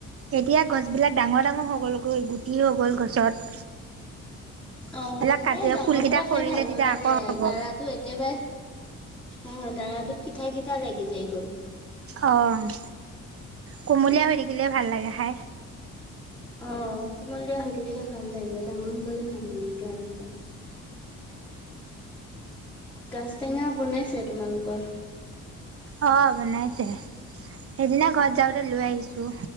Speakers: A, on the right; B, in the centre.
A: এতিয়া গছবিলাক ডাঙৰ-ডাঙৰ হৈ গ'ল গৈ গুটি হৈ গ'ল গছত,
B: অ'
A: এইবিলাক কাটি
B: এ ডাঙৰ
A: ফুলকেইটা
B: হলে খাই
A: সৰিলে
B: ভাল নালাগে
A: তেতিয়া আকৌ হ'ব
B: দাৰাতো একেবাৰে। অ' দাৰাটো সিঠা-সিঠা লাগি যায় গৈ।
A: অ' কুমলীয়া হৈ থাকিলে ভাল লাগে খাই।
B: অ' কোমলীয়া হৈ থাকিলে ভাল লাগে ডাঙৰ হলে ভাল নালাগে আৰু খাই। গাজ টেঙা বনাইছে তোমালোকৰ।
A: অ' বনাইছে। সেইদিনা ঘৰত যাওঁতে লৈ আহিছোঁ